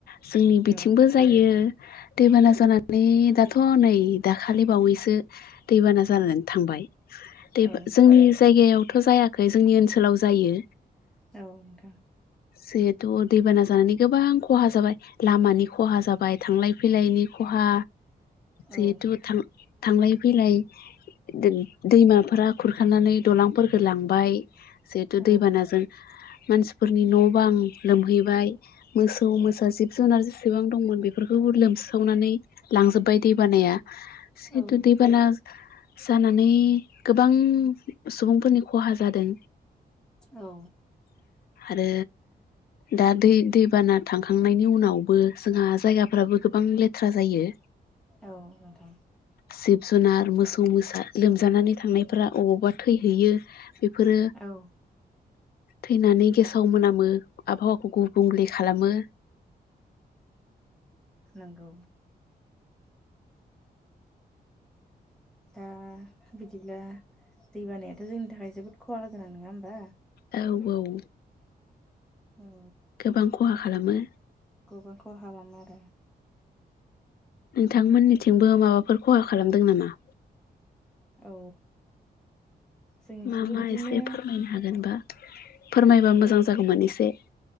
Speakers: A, on the left; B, in the centre.
A: जोंनि
B: औ
A: बिथिंबो जायो दैबाना जानानै दाथ नै दाखालि बावैसो दैबाना जानानै थांबाय दैबा
B: औ
A: जोंनि जायगायावथ जायाखै जोंनि ओनसोलाव जायो
B: औ नोंथां
A: जिहेथु दैबाना जानानै गोबां खहा जाबाय लामानि खहा जाबाय थांलाय फैलायनि खहा जिहेथु
B: औ नोंथां
A: थां-थांलाय फैलाय दोद दैमाफोरा खुरखानानै दालांफोरफोरखौ लांबाय जिहेथु
B: औ
A: दैबानाजों मानसिफोरनि न बां लोमहैबाय मोसौ मोसा जिब जुनार जेसेबां दंमोन बेफोरखौ लोमस्रावनानै लांजोबबाय दैबानाया जिहेथु
B: औ नोंथां
A: दैबाना जानानै गोबां सुबुंफोरनि खहा जादों
B: औ
A: आरो दा दै-दैबाना थांखांनायनि उनावबो जोंहा जायगाफ्राबो गोबां लेथ्रा जायो
B: औ नोंथां
A: जिब जुनार मोसौ मोसा लोमजानानै थांनायफोरा अबावबा थैहैयो बे बेफोरो
B: औ
A: थैनानै गेसाव मोनामो आबहावाखौ गुबुंले खालामो
B: नोंगौ दा बिदिब्ला दै बानायाथ जोंनि थाखाय जोबोद खहा गोनां नङा होमबा
A: औ औ
B: औ
A: गोबां खहा खालामो
B: गोबां खहालामो आरो
A: नोंथांमोननिथिंबो माबाफोर खहा खालामदों नामा
B: औ जोंनिखिबो
A: मा मा
B: बिदिनो
A: एसे फोरमायनो हागोनबा फोरमायबा मोजां जागौमोन एसे